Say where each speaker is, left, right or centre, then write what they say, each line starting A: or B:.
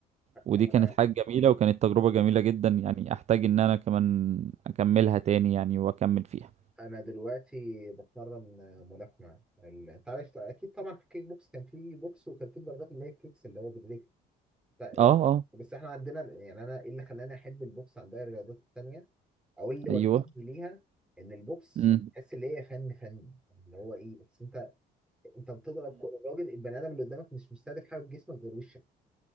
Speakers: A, on the right; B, in the centre.
A: ودي
B: انا
A: كانت حاجة جميلة وكانت تجربة جميلة جدا يعني احتاج ان انا كمان اكملها تاني يعني واكمل فيها
B: انا دلوقتي بتمرن ملاكمه ال- انت عارف اكيد طبعا في الكيك بوكس كان في بوكس وكان في ضربات اللي هي الكيكس اللي هو بالرجل ف-
A: اه اه
B: بس احنا عندنا يعني انا ايه اللي خلاني احب البوكس عن باقي الرياضات التانيه او اللي وجهني
A: ايوه
B: ليها ان البوكس
A: امم
B: تحس اللي هي فن فن اللي هو ايه بس انت انت بتضرب كو- الراجل البني ادم اللي قدامك مش مستهدف حاجه في جسمك غير وشك